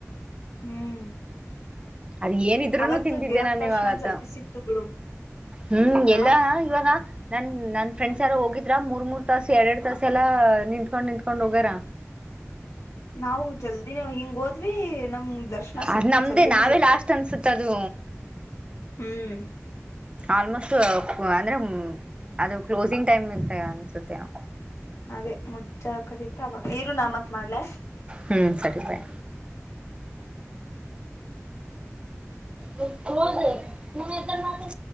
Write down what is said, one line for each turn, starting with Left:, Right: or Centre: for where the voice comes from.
Left: ಹ್ಮ್
Right: ಅದು ಏನಿದ್ರುನೂ
Left: ಅವತ್ತು
Right: ತಿಂತಿದ್ದೆ
Left: ದೇವ್ರ
Right: ನಾನ್
Left: ದರ್ಶನ
Right: ಇವಾಗತ್ತ
Left: ಜಲ್ದಿ ಸಿಕ್ತು ಬಿಡು
Right: ಹ್ಮ್ ಎಲ್ಲಾ
Left: ಆ
Right: ಇವಾಗ ನನ್ ನ ಫ್ರೆಂಡ್ಸ್ ಯಾರು ಹೋಗಿದ್ರ ಮೂರ್ ಮೂರ್ ತಾಸ ಎರಡೆರಡ್ ತಾಸ ಎಲ್ಲಾ ನಿಂತ್ಕೊಂಡ್ ನಿಂತ್ಕೊಂಡ್ ಹೋಗಾರ
Left: ನಾವು ಜಲ್ದಿನ್ ಹಿಂಗ್ ಹೋದ್ವಿ ನಮ್ ದರ್ಶನ ಸಿಕ್ತು
Right: ಅದ್ ನಮ್ದೇ
Left: ಜಾಲ್ದಿನೇ
Right: ನಾವೇ
Left: ಸಿಗ್ತು
Right: ಲಾಸ್ಟ್ ಅನ್ಸುತ್ತ ಅದು
Left: ಹ್ಮ್
Right: ಆಲ್ಮೋಸ್ಟ್ ಅಂದ್ರೆ ಅದು ಕ್ಲೋಸಿಂಗ್ ಟೈಮ್ ಇತ ಅನ್ಸುತ್ತೆ ನಾ
Left: ಅದೇ ಮುಚ್ಚಾಕದಿತ್ತು ಅವ ಇರು ನಾ ಮತ್ ಮಾಡ್ಲ
Right: ಹ್ಮ್ ಸರಿ ಬಾಯ್ ಎದ್ದು ಹೋಗ್ ನೀ ಇದಾಗ